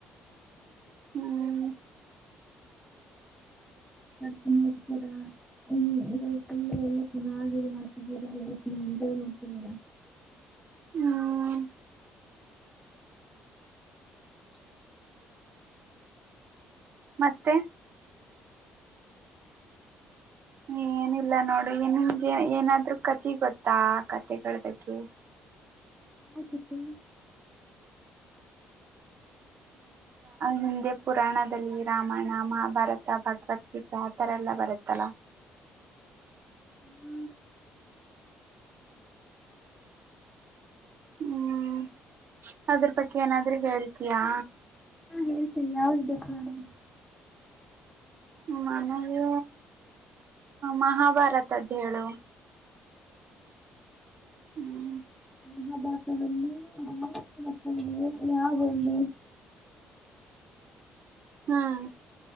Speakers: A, on the right; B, in the centre.
A: ಹ್ಮ್
B: ತಿನ್ನ ಇರ್ತೀರಾ ಈ ಕಲ್ಲ ಎಲ್ಲ ಚನ್ನಾಗಿ ಮಾಡ್ತಿದ್ದರಲ್ಲ ಎಟ ಮತ್ತಡ
A: ಹ್ಮ್
B: <inaudible>
A: ಮತ್ತೆ ಏನಿಲ್ಲ ನೋಡಿ ನಿಮ್ಗೆ ಏನಾದ್ರ ಕತಿ ಗೊತ್ತಾ ಕತೆಗಳದಕ್ಕೆ
B: ಯಾವ್ ಕಥೆ ಹ <inaudible>
A: ಹಿಂದೆ ಪುರಾಣದಲ್ಲಿ ರಾಮಾಯಣ ಮಹಾಭಾರತ ಭಗವದ್ಗೀತೆ ಆತರ ಎಲ್ಲ ಬರುತ್ತಲ್ಲ
B: ಹ್ಮ <unintelligible>
A: ಹ್ಮ್ ಅದ್ರ ಬಗ್ಗೆ ಏನಾದ್ರೂ ಹೇಳ್ತಯಾ
B: ಕೇಳ್ತೀನಿ ಯಾವಾಗ ಬೇಕು ನಡ <unintelligible>
A: ಮನಗೆ ಮಹಾಭಾರತ ಅದ್ದ್ ಹೇಳು ಹ್ಮ್ <inaudible>
B: ಮಹಾಭಾಷದಲ್ಲಿ ಆ ಲಕ್ಷಣ ಆಗಲ್ಲಿ <inaudible>
A: ಹ್ಮ್